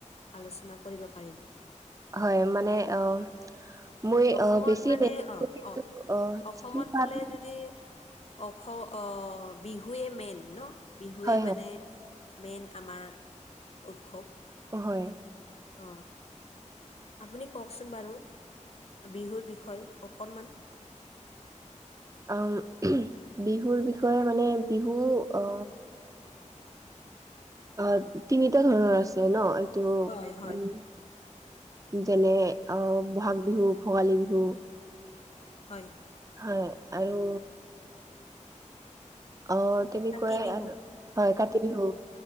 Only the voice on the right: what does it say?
হয় মানে অ'। মই
অ বেছি
নেজানো
কিন্তু
যিখিনি পাৰো
হয় হয়
হয়।
অ' বিহুৰ বিষয়ে মানে বিহু অ অ' তিনিটা ধৰণৰ আছে ন' এইটো উম'।
যেনে অ' বহাগ বিহু, ভোগালী বিহু।
হয় আৰু অ' তেনেকুৱাই
আৰু, হয় কাতি বিহু।